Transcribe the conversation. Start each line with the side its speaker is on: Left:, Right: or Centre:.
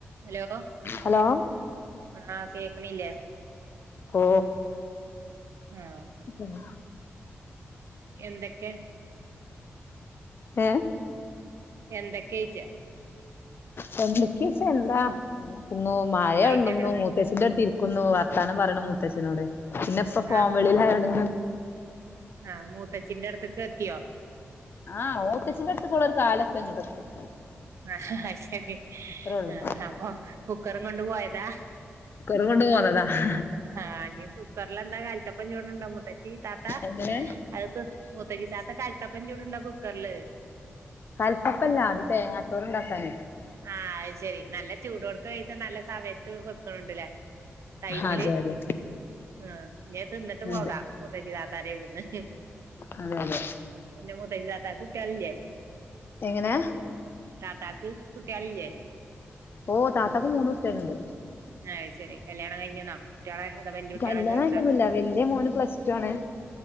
Right: Hello
Left: hello
Right: ആഹ് കേക്ക്ണില്ലെ
Left: ഓ
Right: ആഹ്
Left: മ്മ്
Right: എന്തക്കെ
Left: ഏ
Right: എന്തെകെയിച്ച
Left: പന്തെക്കയിച്ച എന്താ അങ്ങനക്കുന്നു മഴണ്ടെന്ന്
Right: യിട്ട് അങ്ങനെ
Left: മുത്തച്ഛൻ്റെടുത്തിരിക്കുന്നു വർത്താനം പറയണ് മൂത്തചിനോട് പിന്നെയിപ്പ ഫോൺ
Right: ആഹ്
Left: വിളിയിലായോണ്ട്
Right: ആഹ് മൂത്തചിന്റെടുത്തിക്ക്എത്തിയോ
Left: ആഹ് ഓതിച്ചിന്റടുതിക്ക് ഓളോര കാലതിയങ്ങട് എത്തും
Right: ആഹ് അയ്ശരി
Left: അത്രേ ഉള്ളൂ
Right: ഹാ ഹപ്പൊ കുക്കറും കൊണ്ട് പോയതാ
Left: തും കൊണ്ട് പോന്നതാ ഹാ
Right: ആഹ് ഇനി കുക്കറിലെന്താ കാലിത്തപ്പം ചുടണുണ്ടോ മൂത്തച്ചി താത്ത
Left: എങ്ങനെ
Right: അതിപ്പ മൂതച്ചി താത്ത കാലിത്തപ്പം ചുടണുണ്ടോ കുക്കറില്
Left: കൽത്തപ്പല്ല അത് തേങ്ങാച്ചൊറ് ണ്ടാക്കാന്
Right: ആഹ് അയ്ശെരി നല്ല ചൂടോടക്കെ കയിക്ക നല്ല സമയത്ത് വെക്കണണ്ടല്ലേ ടൈമില്
Left: അതെ അതെ
Right: ആഹ് ഇനിഅത് തിന്നിട്ട് പോകാ
Left: അതെ
Right: മൂതച്ചിതാത്തടെട്തന്ന്
Left: അതെ അതെ
Right: പിന്നെ മൂത്തച്ചിതാത്തക്ക് കുട്ടിആളില്ലേ
Left: എങ്ങനാ
Right: താത്തക്ക് കുട്ടിആളില്ലേ
Left: ഓഹ് താത്തക്ക് മൂന്ന് കുട്ടികളുണ്ട്
Right: ആഹ് അയ്ശരി കല്യാണം കഴിഞ്ഞണോ കുട്ടികളെ അതാ വല്യ കുട്ടികളെ
Left: കല്യാണം
Right: ചേർത്ത
Left: കഴിഞ്ഞിട്ടൊന്നുല്ല വല്യ മോന് പ്ലസ് ടു ആണ്